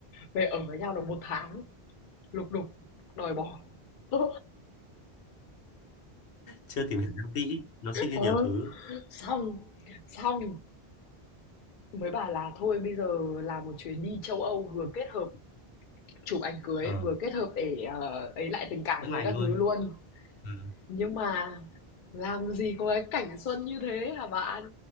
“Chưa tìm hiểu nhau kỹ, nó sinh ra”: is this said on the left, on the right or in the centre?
Left